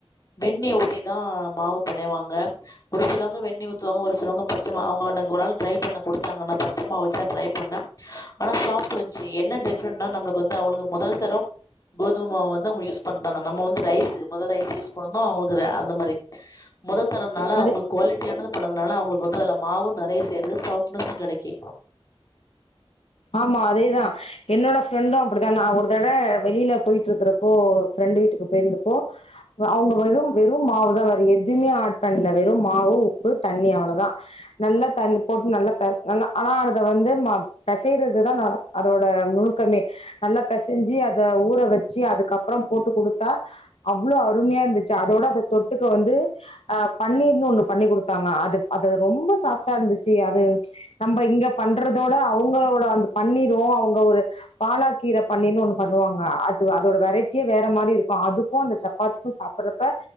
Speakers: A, on the left; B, on the left.
A: வெண்ணைய ஊத் திதா மாவ பெணைவாங்க ஒரு சிலவங்க வெண்ணைய ஊத்துவாங்க ஒரு சிலவங்க பச்ச மா அவங்க அன்னைக் ஒரு நாள் ட்ரை பண்ண குடுத்தாங்க நா பச்ச மாவு வச்சு தா ட்ரை பண்ண ஆனா சாப்ட்டு வன்ச்சு என்ன டிஃப்ரண்ட்னா நம்மளுக்கு வந்து அவளுக மொதல் தரம் கோதும மாவ வந்து அவ்ங்க யூஸ் பண்றாங்க நம்ம வந்து ரைஸு மொத ரைஸு யூஸ் பண்றோ அவ்களுக் குற அந்த மாரி மொதொ தரொன்னால அவ்ங்களுக்
B: அது
A: குவாலிட்டியானத <unintelligible> னால அவ்ங்களுக்கு வந்து அதுல மாவு நறைய சேருது சாஃப்ட்னெஸ்ஸு கெடைக்கி
B: ஆமா அதேதா என்னோட ஃப்ரண்டு அப்புடிதா நா ஒரு தட வெளியில போயிட்ருக்குறப்போ ஃப்ரண்டு வீட்டுக்கு பொயிற்ந்தப்போ அவுங்க வெறும் வெறும் மாவுதா வேற எதுமே ஆட் பண்ல வெறும் மாவு உப்பு தண்ணி அவ்வளதா நல்லா தண்ணி போட்டு நல்லா பெஸ் நல்லா ஆனா அதுல வந்து ம பெசய்றது தா ந அதோட நுணுக்கமே நல்லா பெசஞ்சி அத ஊற வெச்சி அதுக்கப்றம் போட்டு குடுத்தா அவ்ளோ அருமையா இருந்துச்சி அதோட அத தொட்டுக்க வந்து ஆ பன்னீர்னு ஒண்ணு பண்ணி குடுத்தாங்க அது அத ரொம்ப சாஃப்டா இருந்துச்சி அது நம்ப இங்க பண்றதோட அவ் வ்ங்களோட அந்த பன்னீரு அவ்ங்க ஒரு பாலாக்கீர பன்னீர்னு ஒண்ணு பண்ணுவாங்க அது வ அதோட வெரைட்டியே வேற மாரி இருக்கு அதுக்கு அந்த சப்பாத்திக்கு சாப்புர்றப்ப